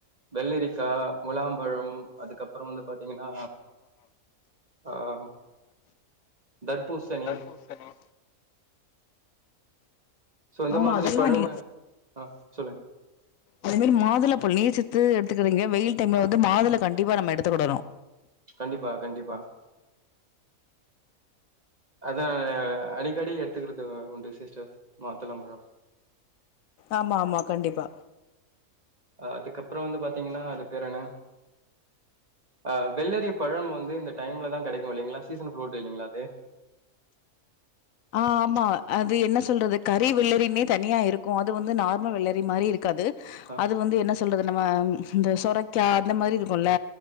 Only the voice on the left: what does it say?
தர்பூசணி
ஆமா
அதெல்லா
நீ
அதே மாரி மாதுள பழொ நீர் சத்து எடுத்துக்கறீங்க வெயில் டைம்ல
வந்து மாதுள கண்டிப்பா நம்ம எடுத்துக்கடனு
ஆமா ஆமா கண்டிப்பா
ஆ ஆமா அது என்ன சொல்றது கறி வெள்ளறினே தனியா இருக்கு அது வந்து நார்மல் வெள்ளரி மாரி இருக்காது
அது வந்து என்ன சொல்றது நம்ம இந்த சொரைக்கா அந்த மாரி இருக்கும்ல